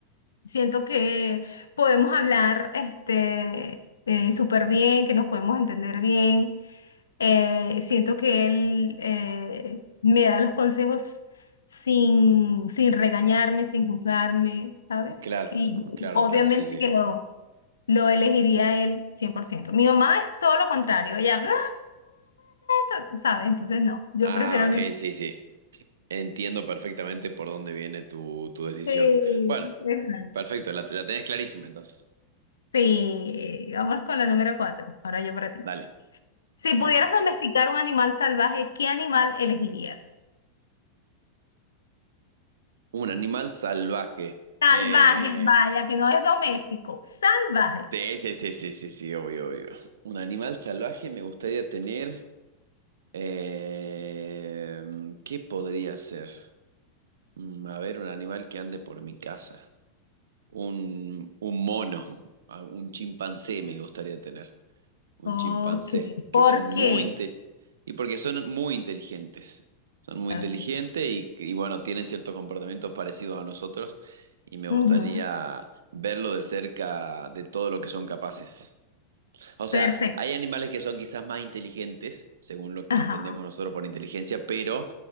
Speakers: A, on the left (about 70°); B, on the right (about 65°).
A: siento que podemos hablar este, eh, súper bien, que nos podemos entender bien Eh, siento que él eh, me da los consejos sin, sin regañarme, sin juzgarme, ¿sabes?
B: Claro,
A: Y
B: claro,
A: obviamente
B: claro, sí, sí.
A: que lo, lo elegiría a él cien por ciento Mi mamá es todo lo contrario, ella, "Ah, esto", ¿sabes? Entonces no, yo
B: Ah,
A: prefiero
B: ok,
A: a mi...
B: sí, sí. Entiendo perfectamente por dónde viene tu, tu decisión.
A: Sí,
B: Bueno,
A: exacto.
B: perfecto, la, la tenés clarísima entonces.
A: Sí, vamos con la número cuatro. Ahora yo para ti.
B: Dale,
A: Si pudieras
B: dale.
A: domesticar un animal salvaje, ¿qué animal elegirías?
B: Un animal salvaje.
A: Salvaje,
B: Eh,
A: vaya, que no es doméstico, salvaje.
B: sí, sí, sí, sí, sí, sí, obvio, obvio. Un animal salvaje me gustaría tener. eh, ¿qué podría ser? Mm, A ver, un animal que ande por mi casa. Un, un mono, ah, un chimpancé me gustaría tener. un
A: Ok,
B: chimpancé, que
A: ¿por
B: son muy
A: qué?
B: inte- y porque son muy inteligentes. Son muy
A: Ok.
B: inteligentes y, y bueno, tienen ciertos comportamientos parecidos a nosotros y me
A: ujú,
B: gustaría verlo de cerca de todo lo que son capaces. O sea,
A: Perfecto.
B: hay animales que son quizás más inteligentes, según lo que
A: Ajá,
B: entendemos nosotros por inteligencia, pero